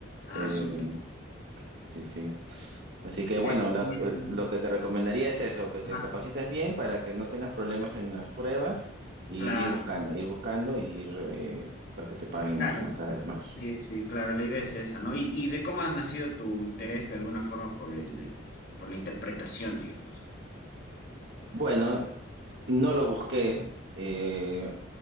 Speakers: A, on the left (about 50°); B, on the right (about 55°).
A: Ah,
B: Eh,
A: súper.
B: sí, sí. Así que bueno,
A: ¿Qué?
B: la-
A: Y-
B: eh,
A: y-
B: lo que te recomendaría es eso, que te
A: ajá,
B: capacites bien para que no tengas problemas en las pruebas y
A: Claro,
B: ir buscando, ir buscando y ir eh, para que te paguen
A: claro.
B: más, ¿no? Cada vez más.
A: Sí, sí, claro, la idea es esa, ¿no? Y, y de cómo ha nacido tu interés de alguna forma por el, por la interpretación, digamos.
B: Bueno, no lo busqué. Eh,